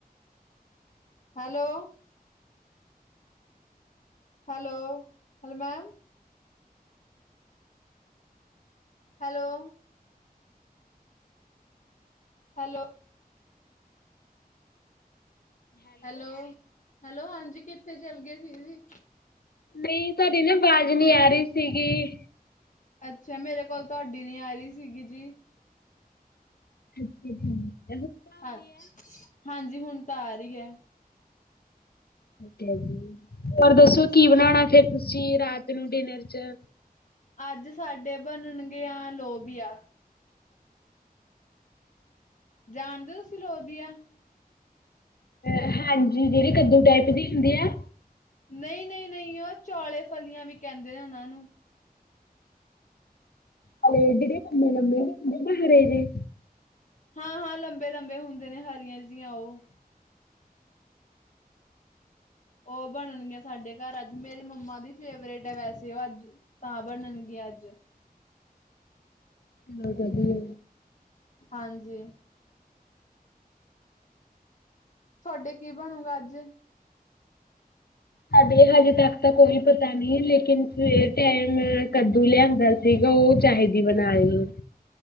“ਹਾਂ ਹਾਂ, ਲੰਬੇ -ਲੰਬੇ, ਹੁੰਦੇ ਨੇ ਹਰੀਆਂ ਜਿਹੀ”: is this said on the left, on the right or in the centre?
Left